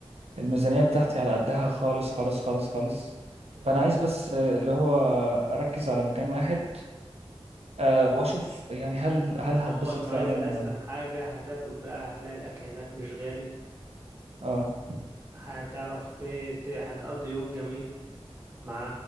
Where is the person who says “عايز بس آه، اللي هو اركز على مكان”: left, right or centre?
Right